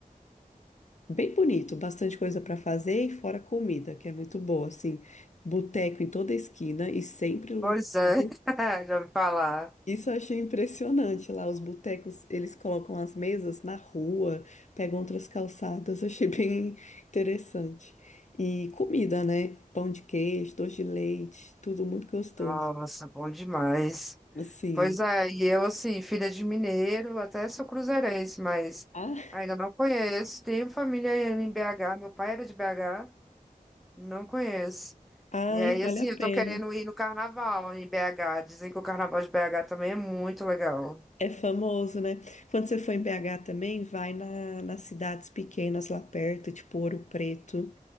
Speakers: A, on the left; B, in the centre.
A: Bem bonito, bastante coisa para fazer e fora comida, que é muito boa, assim, boteco em toda esquina e sempre lotado.
B: Pois é, <laughs> já ouvi falar.
A: Isso eu achei impressionante lá, os botecos, eles colocam as mesas na rua, pegam outras calçadas, eu achei <laughs> bem interessante. E comida, né? Pão de queijo, doce de leite, tudo muito gostoso.
B: Nossa, bom demais.
A: Assim,
B: Pois é, e eu, assim, filha de mineiro, até sou cruzeirense, mas
A: ah,
B: ainda não conheço. Tenho família em BH, meu pai era de BH. Não conheço.
A: ai,
B: E aí,
A: vale
B: assim,
A: a
B: eu
A: pena.
B: tô querendo ir no carnaval em BH. Dizem que o carnaval de BH também é muito legal.
A: É famoso, né? Quando você for em BH também, vai na, nas cidades pequenas lá perto, tipo Ouro Preto,